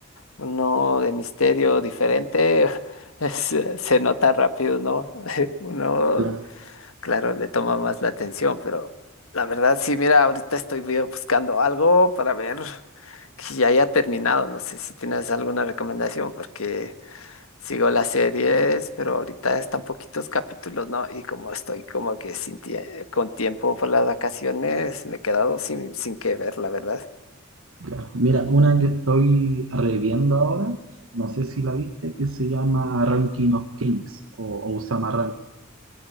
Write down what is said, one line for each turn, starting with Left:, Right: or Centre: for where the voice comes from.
Left: uno de misterio diferente, <laughs> se, se nota rápido, ¿no? <laughs> Uno,
Right: Claro,
Left: claro, le toma más la atención, pero la verdad, sí, mira, ahorita estoy vi- buscando algo para ver que ya haya terminado. No sé si tienes alguna recomendación, porque... Sigo las series, pero ahorita están poquitos capítulos, ¿no? Y como estoy como que sin tie- con tiempo por las vacaciones, me he quedado sin, sin qué ver, la verdad.
Right: claro. Mira, una que estoy reviendo ahora, no sé si la viste, que se llama Ranking of Kings o, o Osama Ranking,